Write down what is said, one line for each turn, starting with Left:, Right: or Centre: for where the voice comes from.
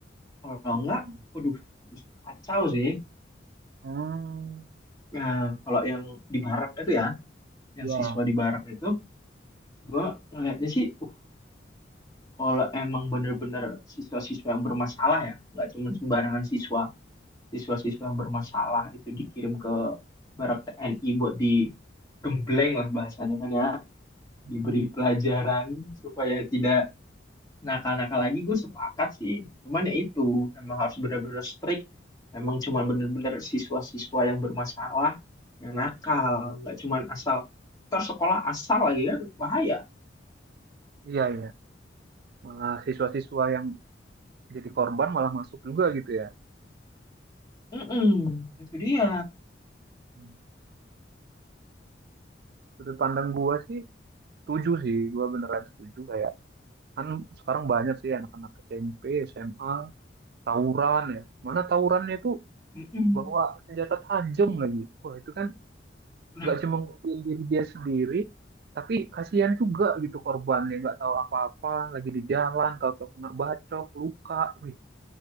Left: Kalau
Right: Mm-mm.
Left: enggak, waduh, bisa kacau sih.
Right: Hmm.
Left: Nah, kalau yang di barak itu ya, yang
Right: Ya.
Left: siswa di barak itu, gue ngeliatnya sih, uh, kalau emang bener-bener siswa-siswa yang bermasalah ya, nggak cuma sembarangan siswa siswa-siswa yang bermasalah itu dikirim ke Barak TNI buat digembleng lah bahasanya kan ya
Right: Mm-mm.
Left: diberi pelajaran supaya tidak nakal-nakal lagi gue sepakat sih cuman ya itu emang harus benar-benar strict emang cuma benar-benar siswa-siswa yang bermasalah yang nakal nggak cuman asal ntar sekolah asal lagi kan bahaya
Right: Iya, iya. Malah siswa-siswa yang jadi korban malah masuk juga gitu ya.
Left: Mm-mm, itu dia
Right: Hmm. Sudut pandang gue sih setuju sih. Gue beneran setuju kayak. Kan sekarang banyak sih anak-anak SMP, SMA, tawuran ya. Mana tawurannya itu
Left: Mm-mm.
Right: bawa senjata tajam lagi. Wah, itu kan
Left: Nah,
Right: nggak cuma ngurusin diri dia sendiri tapi kasihan juga gitu korbannya nggak tahu apa-apa lagi di jalan tahu-tahu kena bacok luka wih